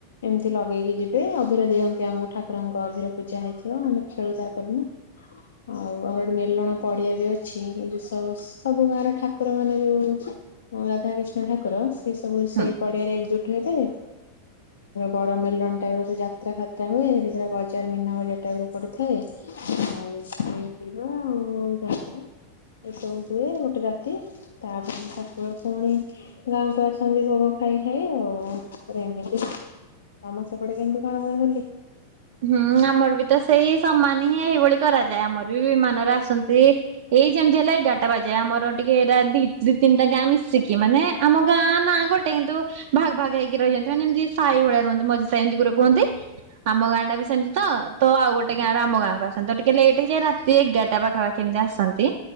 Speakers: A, on the left; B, on the right.
A: ଏମିତି ଲଗେଇକି ଯିବେ ଅଭିର ଦିଅନ୍ତି ଆମକୁ ଠାକୁରଙ୍କ ଅଭିର ପୂଜା ହେଇଥିବ ଆମେ ଖେଳୁ ତା ପରଦିନ। ଆଉ ଆମର ମେଲଣ ପଡିଆ ବି ଅ ଅଛି ଏଇ ଯୋ ସବୁ ସବୁ ଗାଁର ଠାକୁର ମାନେ ଯୋଉ ହଁ ରାଧାକିଷ୍ଣ ଠାକୁର ସେ ସବୁ
B: ହୁଁ।
A: ସେଇ ପଡିଆରେ ଏକଜୁଟ ହେବେ ବଡ ମେଲଣ ଟାଇପ ସବୁ ଯାତ୍ରା ଫାତ୍ରା ହୁଏ ପ ବଜାର ମନା ବଜାର ଟାଇପ ର ପଡିଥାଏ। ଆଉ ଖାଇ ପିଇବା ଆଉ ଯାତ୍ରା ଏସବୁ ହୁଏ ଗୋଟେ ରାତି ତାପ ପୁଣି ଗାଁକୁ ଆସନ୍ତି ଭୋଗ ଖାଇ ଖାଇ ଆଉ ଏମିତି ଆମ ସେପଟେ କେମିତି କଣ ହୁଏ ହୋଲି?
B: ହୁଁ ଆମର ବି ତ ସେଇ ସମାନ ହିଁ ଏଇଭଳି କରାଯାଏ ଆମର ବିମାନରେ ଆସନ୍ତି ଏଇ ଯେମତି ହେଲା ଏଗାରଟା ବାଜେ ଆମର ଟିକେ ଏରା ଦି ତିନିଟା ଗାଁ ମିଶିକି ମାନେ ଆମ ଗାଁ ନା ଗୋ କିନ୍ତୁ ଭାଗ ଭାଗ ହେଇକି ରହିଛନ୍ତି ମାନେ ଯେମିତି ସାଇ ଭଳିଆ ରୁହନ୍ତି ମ ସେନ୍ ଜୁଗୁରୁ କୁହନ୍ତି। ଆମ ଗାଁ ସେମତି ତ ଆଉ ଗୋଟେ ଗାଁ ର ଆମ ଗାଁକୁ ଆସନ୍ତି ତ ଟିକେ ଲେଟ୍ ହେଇଯାଏ ରାତି ଏଗାରଟା ପାଖାପାଖି ଏମିତି ଆସନ୍ତି